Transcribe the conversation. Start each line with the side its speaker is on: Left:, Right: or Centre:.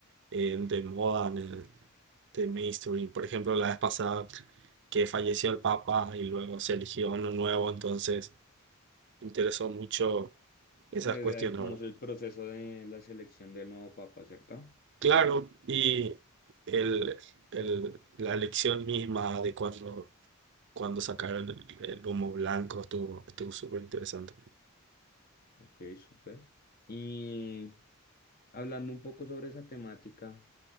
Right: eh, de moda en el de mainstream. Por ejemplo, la vez pasada que falleció el Papa y luego se eligió uno nuevo, entonces me interesó mucho esas
Left: La
Right: cuestiones,
Left: idea de cómo
Right: ¿verdad?
Left: es el proceso de la selección del nuevo papa, ¿cierto?
Right: Claro, y el, el- la elección misma de cuando, cuando sacaron el, el humo blanco estuvo, estuvo súper interesante.
Left: Ok, súper. Y hablando un poco sobre esa temática,